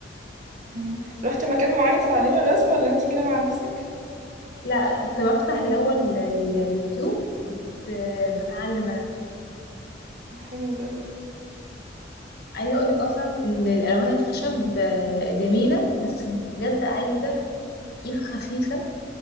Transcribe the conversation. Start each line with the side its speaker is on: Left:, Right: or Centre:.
Right: أمم. رحتي مكان معين تتعلمي الرسم ولا انت كده مع نفسك
Left: لا كنت بفتح اللي هو ال- ال- اليوتيوب وكنت آه، بتعلم أنا
Right: حلو ده
Left: عايزة أقولك أصلا ال- الألوان الخشب آه، جميلة بس بجد عايزة إيد خفيفة